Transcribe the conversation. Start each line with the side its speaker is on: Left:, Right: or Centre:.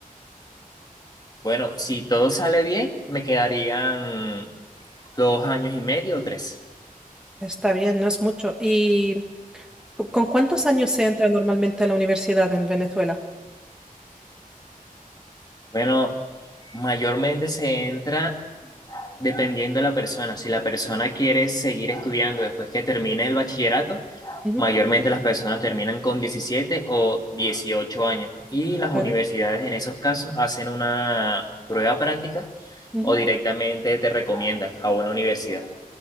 Left: Bueno, si todo sale bien, me quedarían dos años y medio o tres.
Centre: Está bien, no es mucho. ¿Y cu- con cuántos años se entra normalmente a la universidad en Venezuela?
Left: Bueno, mayormente se entra Dependiendo de la persona, si la persona quiere seguir estudiando después que termine el bachillerato,
Centre: Ujú,
Left: mayormente las personas terminan con 17 o 18 años y las
Centre: ¿Vale?
Left: universidades en esos casos hacen una prueba práctica
Centre: ujú.
Left: o directamente te recomiendan a una universidad.